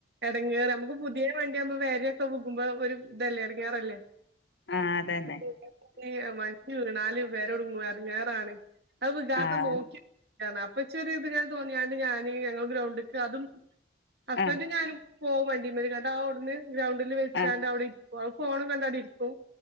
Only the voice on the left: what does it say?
ആഹ് അതന്നെ
ആഹ്
ആഹ്
ആഹ്